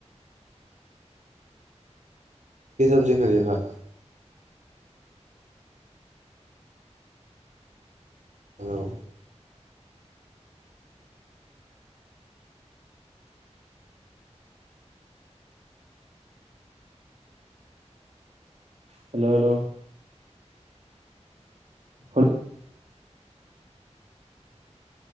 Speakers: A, on the right (about 85°); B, on the right (about 65°).
A: কি চব্জি খালি ভাত। হেল্ল'।
B: Hello hello. হয়।